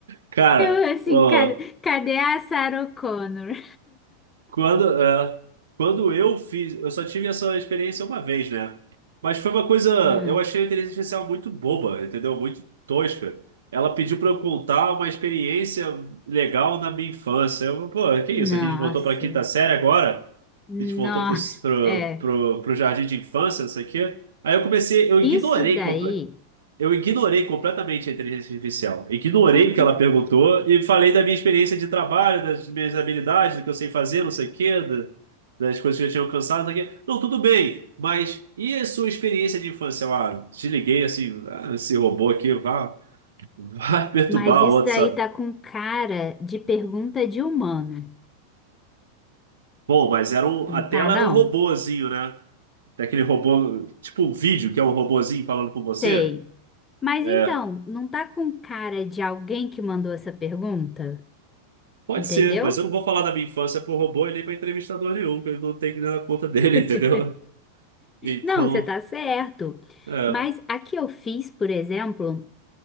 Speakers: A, on the right; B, on the left.
A: Cara,
B: Eu assim,
A: ó,
B: "Ca- cadê a Sarah Connor?
A: Quando, é, quando eu fiz, eu só tive essa experiência uma vez, né? Mas foi uma coisa,
B: Hum,
A: eu achei a inteligência artificial muito boba, entendeu? Muito tosca. Ela pediu para eu contar uma experiência legal na minha infância. Eu, pô, que
B: nossa,
A: isso? A gente voltou para quinta série agora?
B: nossa,
A: A gente voltou pro, pro,
B: é,
A: pro, pro jardim de infância, isso aqui? Aí eu comecei, eu ignorei,
B: isso daí,
A: eu ignorei completamente a inteligência artificial. Ignorei
B: Aham.
A: o que ela perguntou e falei da minha experiência de trabalho, das minhas habilidades, do que eu sei fazer, não sei o quê, da- das coisas que eu tinha alcançado, não sei o quê. Não, tudo bem, mas e a sua experiência de infância? Eu, Ah, desliguei assim, ah, esse robô aqui, vá, vá <laughs> perturbar
B: mas isso
A: o outro,
B: daí
A: sabe?
B: tá com cara de pergunta de humano,
A: Bom, mas era um,
B: não
A: a tela
B: tá não?
A: era um robôzinho, né? Daquele robô, tipo um vídeo que é um robôzinho falando com você.
B: Sei. Mas
A: é,
B: então, não tá com cara de alguém que mandou essa pergunta,
A: Pode
B: entendeu?
A: ser, mas eu não vou falar da minha infância pro robô e nem pra entrevistador nenhum, que ele não tem que dar conta dele,
B: <laughs>
A: <laughs> entendeu? Então,
B: Não, você tá certo.
A: é.
B: Mas a que eu fiz, por exemplo,